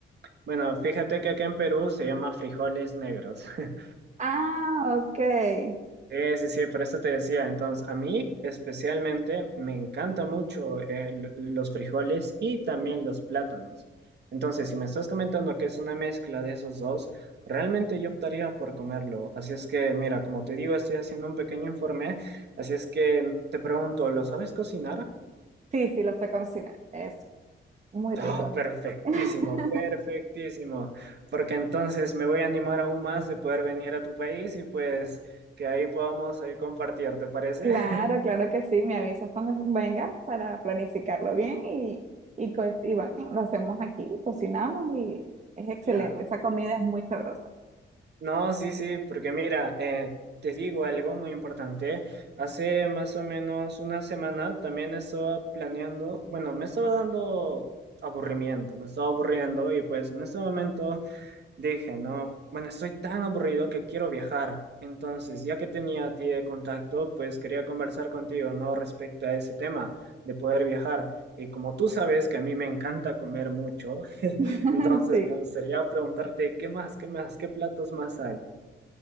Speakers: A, on the right; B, on the right.
A: Bueno, fíjate que acá en Perú se llama frijoles negros. <laughs>
B: Ah, ok.
A: Sí, sí, sí, por eso te decía. Entonces, a mí especialmente me encanta mucho eh, l- los frijoles y también los plátanos. Entonces, si me estás comentando que es una mezcla de esos dos, realmente yo optaría por comerlo. Así es que, mira, como te digo, estoy haciendo un pequeño informe. Así es que mm, te pregunto, ¿lo sabes cocinar? <laughs>
B: Sí, sí, lo sé cocinar. Es muy rico.
A: Oh, perfectísimo,
B: <laughs>
A: perfectísimo. Porque entonces me voy a animar aún más de poder venir a tu país y pues que ahí podamos ahí compartir, ¿te parece?
B: Claro,
A: <laughs>
B: claro que sí. Me avisas cuando vengas para planificarlo bien y, y, co- y bueno, lo hacemos aquí, cocinamos y es excelente.
A: Claro.
B: Esa comida es muy sabrosa.
A: No, sí, sí, porque mira, eh, te digo algo muy importante. Hace más o menos una semana también estaba planeando, bueno, me estaba dando aburrimiento, me estaba aburriendo y pues en este momento Dije, no, bueno, estoy tan aburrido que quiero viajar. Entonces, ya que tenía a ti de contacto, pues quería conversar contigo, ¿no? Respecto a ese tema de poder viajar. Y como tú sabes que a mí me encanta comer mucho, <laughs>
B: <laughs>
A: entonces
B: Sí.
A: me gustaría preguntarte, ¿qué más, qué más, qué platos más hay?